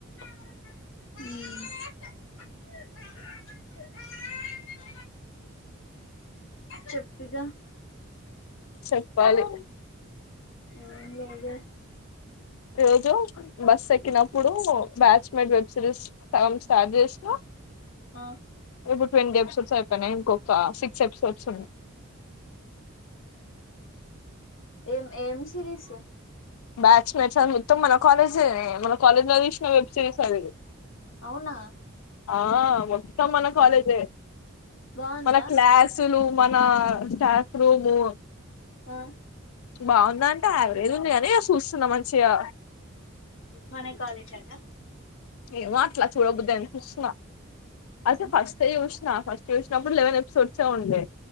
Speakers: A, on the left; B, on the left.
A: ఉ చెప్పిగా
B: చెప్పాలి
A: ఏం లేదు
B: రోజు బస్ ఎక్కినప్పుడు batchmate web series charges
A: ఆ
B: ఇప్పుడు టెన్ ఎపిసోడ్స్ అయిపోయినాయి ఇంకొక సిక్స్ ఎపిసోడ్స్ ఉన్నాయి
A: ఏ ఏం సిరీస్
B: బ్యాట్స్ మెట్స్ మొత్తం మన కాలేజే మన కాలేజ్ లో తీసిన వెబ్ సిరీస్ అది
A: అవునా
B: ఆ మొత్తం మన కాలేజే
A: బాగుందా
B: మన క్లాసులు మన స్టాఫ్ రూము
A: ఆ
B: బాగుందా అంటే యావరేజ్ ఉంది అని చూస్తున్నా మంచిగా
A: మన కాలేజానా
B: ఏ అట్లా చూడ బుద్ధి అయింది చూస్తున్న అయితే
A: ఉమ్
B: ఫస్ట్ ఏ చూసిన ఫస్ చూసినప్పుడు లెవెన్ ఎపిసోడ్స్ ఉండే